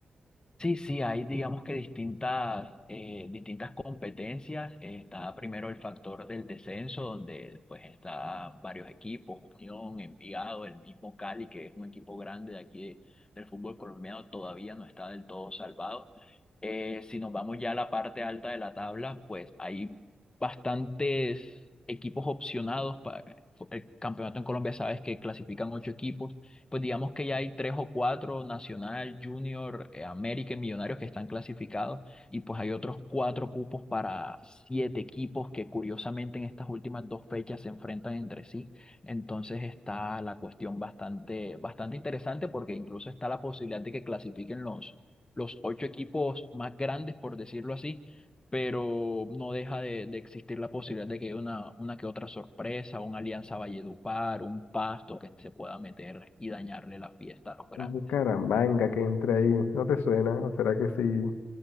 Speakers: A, on the left (about 25°); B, on the left (about 85°).
A: Sí, sí, hay digamos que distintas, eh, distintas competencias. Eh, Está primero el factor del descenso, donde pues está varios equipos, Unión, Envigado, el mismo Cali, que es un equipo grande de aquí de- del fútbol colombiano, todavía no está del todo salvado. Eh, si nos vamos ya a la parte alta de la tabla, pues hay bastantes equipos opcionados para el campeonato en Colombia. Sabes que clasifican ocho equipos. Pues digamos que ya hay tres o cuatro, Nacional, Junior, eh, América y Millonarios que están clasificados y pues hay otros cuatro cupos para siete equipos que curiosamente en estas últimas dos fechas se enfrentan entre sí. Entonces está la cuestión bastante, bastante interesante porque incluso está la posibilidad de que clasifiquen los, los ocho equipos más grandes, por decirlo así, pero no deja de, de existir la posibilidad de que haya una, una que otra sorpresa, una alianza Valledupar, un pasto que se pueda meter y dañarle la fiesta a los grandes.
B: Un Bucaramanga que entra ahí, ¿no te suena? ¿O será que sí?